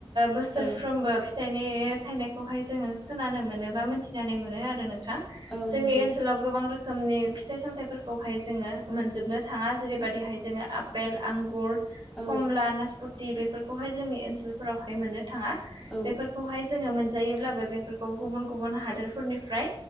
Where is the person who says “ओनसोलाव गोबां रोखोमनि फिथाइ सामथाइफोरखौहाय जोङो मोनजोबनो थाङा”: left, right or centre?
Right